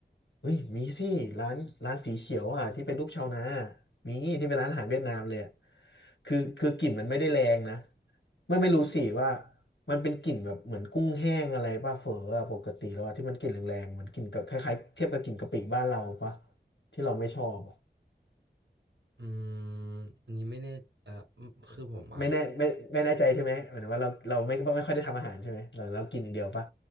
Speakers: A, on the left (about 85°); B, on the right (about 70°).
A: เฮ้ยมีสิร้านร้านสีเขียวอ่ะที่เป็นรูปชาวนามีที่เป็นร้านอาหารเวียดนามเลยอ่ะคือคือกลิ่นมันไม่ได้แรงนะไม่ไม่รู้สิว่ามันเป็นกลิ่นแบบเหมือนกุ้งแห้งอะไรป่ะเฝออะปกติแล้วอะที่มันกลิ่นแรงๆเหมือนกลิ่นกับคล้ายๆเทียบกับกลิ่นกะปิบ้านเราป่ะที่เราไม่ชอบอะ
B: อืมอันนี้ไม่แน่เอ่อคือผมอ่ะ
A: ไม่แน่ไม่ไม่แน่ใจใช่ไหมหมายถึงว่าเราเราไม่ไม่ค่อยได้ทำอาหารใช่ไหมเราเรากินอย่างเดียวปะ